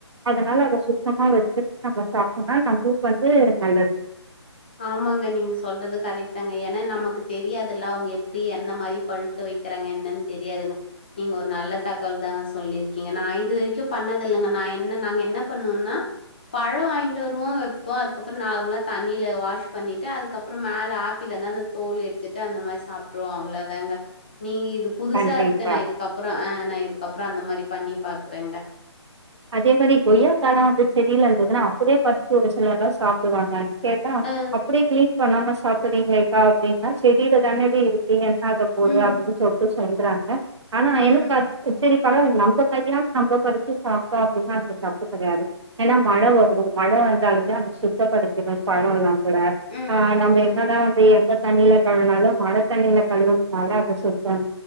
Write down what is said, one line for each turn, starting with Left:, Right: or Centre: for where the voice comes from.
Right: அதனால அத சுத்தமா வச்சி நம்ம சாப்ட்டனா நம்பளுக்கு வந்து நல்லது
Left: ஆமாங்க நீங்க சொல்றது கரெட் தாங்க ஏனா நமக்கு தெரியாதுல்ல அவுங்க எப்டி எந்த மாரி பழுக்க வைக் கறாங்க என்னன் தெரியாதுங்க நீங்க ஒரு நல்ல தகவல் தாங்க சொல்லி இருக்கீங்க நா இது வரைக்கும் பண்ணதில்லங்க நா என்ன நாங்க என்ன பண்ணுவோனா பழம் வாங்கிட்டு வருவோம் வப்போம் அதுக்கப்புறம் நார்மலா தண்ணியில வாஷ் பண்ணிட்டு அதுக்கப்புறம் மேல ஆப்பிள் இருந்த அந்த தோலு எடுத்துட்டு அந்த மாரி சாப்ட்டுருவோ அவ்ளோதாங்க நீங்க இது புதுசா
Right: கண்டிப்பா
Left: இருக்கு நா இதுக்கப்புறம் ஆ நா இதுக்கப்புறம் அந்த மாரி பண்ணி பாக்கறேங்க
Right: அதே மாரி கொய்யாக்காலா வந்து செடியில இருந்ததுன்னா அப்டே பறிச்சி ஒரு சிலர்ல்லா சாப்டுவாங்க கேட்டா
Left: அ.
Right: அப்டே கிளீன் பண்ணாம சாப்றீங்களேக்கா அப்டின்னா செடில தானடி இருக்கு என்ன ஆக போது
Left: ம்.
Right: அப்டின்னு சொல்லிட்டு செல்றாங்க ஆனா
Left: ம். ம்.
Right: எனக்கு அப்போ சேரி பரவால்ல நம்ம கையால நம்ம படச்சி சாப்ட்டோ அப்டின்னா அது தப்புகிடையாது ஏன்னா மழ வரும் மழ வந்தாலுமே அது சுத்தப்படுத்தத்துவே பழம் எல்லாம் கூட
Left: ம்.
Right: ஆ
Left: ம்.
Right: நம்ம
Left: ம்.
Right: என்னதா வந்து எந்த தண்ணியில கழுவுனாலும் மழ தண்ணீல கழுவுனதால தான் அது சுத்தம்